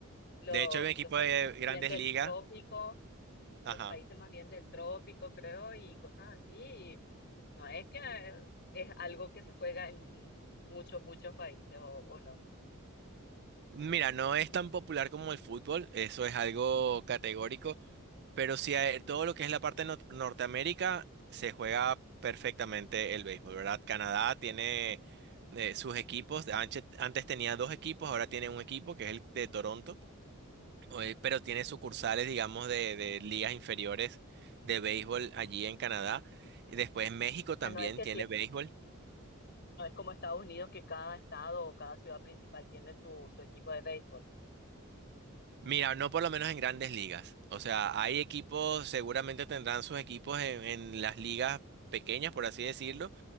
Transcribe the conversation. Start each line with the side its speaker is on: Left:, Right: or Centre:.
Left: los,
Right: De hecho, hay un equipo
Left: los países
Right: de
Left: más
Right: Grandes
Left: bien del
Right: Ligas.
Left: trópico
Right: ajá
Left: los países más bien del trópico, creo, y cosas así. y no es que eh, es algo que se juega en muchos, muchos países o, o no.
Right: Mira, no es tan popular como el fútbol, eso es algo categórico, pero sí eh, todo lo que es la parte de Norteamérica se juega perfectamente el béisbol, ¿verdad? Canadá tiene eh, sus equipos, anche- antes tenía dos equipos, ahora tiene un equipo que es el de Toronto, eh, pero tiene
Left: Mm.
Right: sucursales,
Left: O
Right: digamos, de, de ligas inferiores de béisbol allí en Canadá. Y después México
Left: sea,
Right: también
Left: no es que
Right: tiene
Left: tienen,
Right: béisbol.
Left: no es como Estados Unidos que cada estado o cada ciudad principal tiene su, su equipo de béisbol.
Right: Mira, no por lo menos en grandes ligas. O sea, hay equipos, seguramente tendrán sus equipos en, en las ligas pequeñas, por así decirlo,